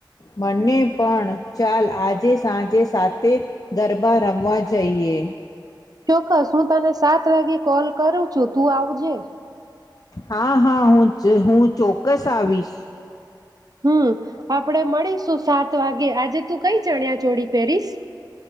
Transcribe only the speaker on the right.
ચોક્કસ હું તને સાત વાગે કોલ કરું છું તું આવજે
હમ આપડે મળીશ સો સાત વાગે આજે તું કઈ ચણ્યા જોડી પેરીસ